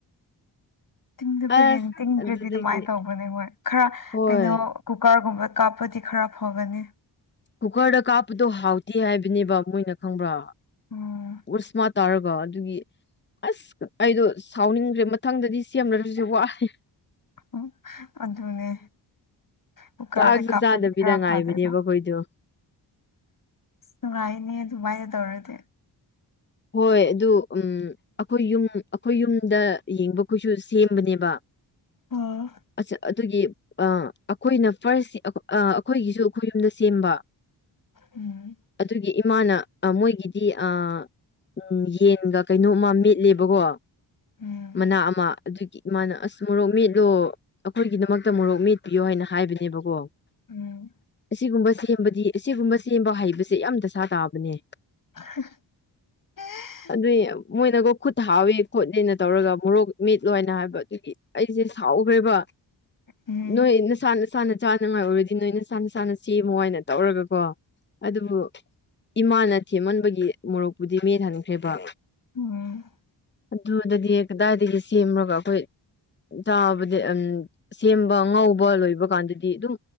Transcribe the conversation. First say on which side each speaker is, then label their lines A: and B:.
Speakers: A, on the left; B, on the left.
A: ꯇꯤꯡꯗ ꯐꯩꯒꯅꯤ
B: ꯑꯁ
A: ꯇꯤꯡꯗ꯭ꯔꯗꯤ
B: ꯑꯗꯨꯗꯒꯤ
A: ꯑꯗꯨꯃꯥꯏꯅ ꯇꯧꯕꯅꯦ ꯍꯣꯏ ꯈꯔ
B: ꯍꯣꯏ
A: ꯀꯩꯅꯣ ꯀꯨꯀꯔꯒꯨꯝꯕ ꯀꯥꯞꯄꯗꯤ ꯈꯔ ꯐꯒꯅꯤ
B: ꯀꯨꯀꯔꯗ ꯀꯥꯞꯄꯗꯣ ꯍꯥꯎꯇꯦ ꯍꯥꯏꯕꯅꯦꯕ ꯃꯣꯏꯅ ꯈꯪꯕ꯭ꯔꯥ
A: ꯎꯝ
B: ꯎꯁꯃꯥꯠ ꯇꯥꯔꯒ ꯑꯗꯨꯒꯤ ꯑꯁ ꯑꯩꯗꯣ ꯁꯥꯎꯅꯤꯡꯈ꯭ꯔꯦ ꯃꯊꯪꯗꯗꯤ ꯁꯦꯝꯅꯔꫭꯏꯁꯦ ꯋꯥꯏ
A: ꯎꯝ ꯑꯗꯨꯅꯦ ꯀꯨꯀꯔꯗꯥ
B: ꯆꯥꯛꯁꯨ
A: ꯀꯥꯞꯄꯗꯤ
B: ꯆꯥꯗꯕꯤꯗ
A: ꯈꯔ
B: ꯉꯥꯏꯕꯅꯦꯕ
A: ꯐꯥꯗꯨꯏꯕꯥ
B: ꯑꯩꯈꯣꯏꯗꯣ
A: ꯑꯁ ꯅꯨꯡꯉꯥꯏꯅꯦ ꯑꯗꯨꯃꯥꯏꯅ ꯇꯧꯔꯗꯤ
B: ꯍꯣꯏ ꯑꯗꯨ ꯎꯝ ꯑꯩꯈꯣꯏ ꯌꯨꯝ ꯑꯩꯈꯣꯏ ꯌꯨꯝꯗ ꯌꯦꯡꯕꯈꯣꯏꯁꯨ ꯁꯦꯝꯕꯅꯦꯕ
A: ꯑꯣ
B: ꯑꯆꯥꯠ ꯑꯗꯨꯒꯤ ꯑꯥ ꯑꯩꯈꯣꯏꯅ ꯐꯥꯔꯁ ꯑꯩꯈꯣꯏꯒꯤꯁꯨ ꯑꯩꯈꯣꯏ ꯌꯨꯝꯗ ꯁꯦꯝꯕ
A: ꯎꯝ
B: ꯑꯗꯨꯒꯤ ꯏꯃꯥꯅ ꯃꯣꯏꯒꯤꯗꯤ ꯑꯥ ꯎꯝ ꯌꯦꯟꯒ ꯀꯩꯅꯣꯝꯃ ꯃꯦꯠꯂꯦꯕꯀꯣ
A: ꯎꯝ
B: ꯃꯅꯥ ꯑꯃ ꯑꯗꯨꯒꯤ ꯃꯥꯅ ꯑꯁ ꯃꯣꯔꯣꯛ ꯃꯦꯠꯂꯣ ꯑꯩꯈꯣꯏꯒꯤꯗꯃꯛꯇ ꯃꯣꯔꯣꯛ ꯃꯦꯠꯄꯤꯌꯣ ꯍꯥꯏꯅ ꯍꯥꯏꯕꯅꯦꯕꯀꯣ
A: ꯎꯝ
B: ꯑꯁꯤꯒꯨꯝꯕ ꯁꯦꯝꯕꯗꯤ ꯑꯁꯤꯒꯨꯝꯕ ꯁꯦꯝꯕ ꯍꯩꯕꯁꯦ ꯌꯥꯝ ꯗꯁꯥ ꯇꯥꯕꯅꯦ
A: ꯍ <unintelligible>
B: ꯑꯗꯨ ꯃꯣꯏꯅꯀꫭ ꯈꯨꯠ ꯍꯥꯎꯋꯦ ꯈꯣꯠꯅꯦꯅ ꯇꯧꯔꯒ ꯃꯣꯔꯣꯛ ꯃꯤꯠꯂꯣꯅ ꯍꯥꯏꯕ ꯑꯗꯨꯒꯤ ꯑꯩꯁꯦ ꯁꯥꯎꯈ꯭ꯔꯦꯕ
A: ꯎꯝ
B: ꯅꯣꯏ ꯅꯁꯥ ꯅꯁꯥꯅ ꯆꯥꯅꯉꯥꯏ ꯑꯣꯏꯔꯗꯤ ꯅꯣꯏ ꯅꯁꯥ ꯅꯁꯥꯅ ꯁꯦꯃꯣ ꯍꯥꯏꯅ ꯇꯧꯔꯒꯀꯣ ꯑꯗꯨꯕꯨ ꯏꯃꯥꯅ ꯊꯦꯝꯃꯟꯕꯒꯤ ꯃꯣꯔꯣꯛꯄꯨꯗꯤ ꯃꯦꯠ ꯍꯟꯈ꯭ꯔꯦꯕ
A: ꯎꯝ
B: ꯑꯗꯨꯗꯗꯤ ꯀꯗꯥꯏꯗꯒꯤ ꯁꯦꯝꯃꯒ ꯑꯩꯈꯣꯏ ꯆꯥꯕꯗꯤ ꯑꯝ ꯁꯦꯝꯕ ꯉꯧꯕ ꯂꯣꯏꯕ ꯀꯥꯟꯗꯗꯤ ꯑꯗꯨꯝ